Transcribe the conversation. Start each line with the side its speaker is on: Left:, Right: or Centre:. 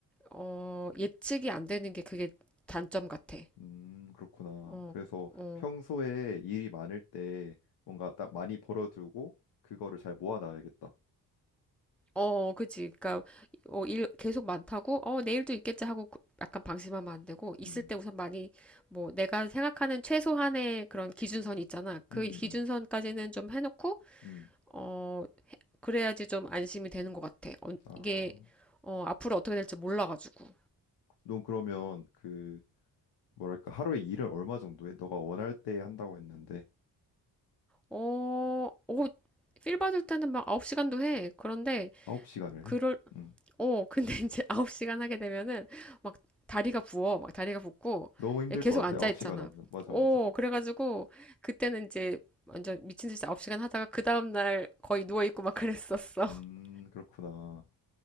Centre: 어, 예측이 안 되는 게 그게 단점 같아.
Left: 음, 그렇구나.
Centre: 어,
Left: 그래서
Centre: 어,
Left: 평소에 일이 많을 때 뭔가 딱 많이 벌어두고 그거를 잘 모아놔야겠다.
Centre: 어, 그치. 그니까, 어, 일 계속 많다고, 어, 내일도 있겠지 하고 그- 약간 방심하면 안 되고, 있을
Left: 음,
Centre: 때 우선 많이, 뭐, 내가 생각하는 최소한의 그런 기준선 있잖아. 그
Left: 음,
Centre: 기준선까지는
Left: 음,
Centre: 좀 해놓고,
Left: 음. 음.
Centre: 어, 그래야지 좀 안심이 되는 것 같아. 어,
Left: 아,
Centre: 이게, 어, 앞으로 어떻게 될지 몰라가지고.
Left: 넌 그러면 그, 뭐랄까, 하루에 일을 얼마 정도 해? 너가 원할 때 한다고 했는데,
Centre: 어, 어, 필 받을 때는 막 9시간도 해. 그런데,
Left: 아홉 시간을
Centre: 그럴,
Left: 해? 음.
Centre: 어, 근데 <laughs> 이제 9시간 하게 되면은 막 다리가 부어. 막 다리가 붓고
Left: 너무 힘들
Centre: 계속
Left: 것 같아.
Centre: 앉아
Left: 아홉
Centre: 있잖아.
Left: 시간 하면. 맞아,
Centre: 어,
Left: 맞아.
Centre: 그래가지고 그때는 이제 완전 미친 듯이 9시간 하다가 그 다음날 거의 누워있고 막 그랬었어.
Left: 음,
Centre: <laughs>
Left: 그렇구나.